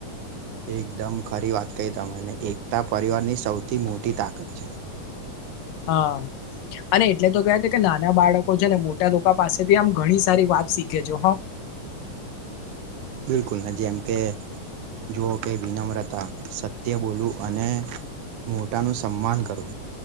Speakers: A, on the right (about 70°); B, on the left (about 80°).
A: એકદમ ખરી વાત કહી તમે એકતા પરિવારની સૌથી મોટી તાકાત છે
B: હા અને એટલે તો કહેવાય કે નાના બાળકો છે ને મોટા લોકો પાસેથી આમ ઘણી સારી વાત શીખે છે હો. <inaudible>
A: બિલકુલ ને જેમ કે જુઓ કે વિનમ્રતા સત્ય બોલવું અને મોટાનું સન્માન કરો.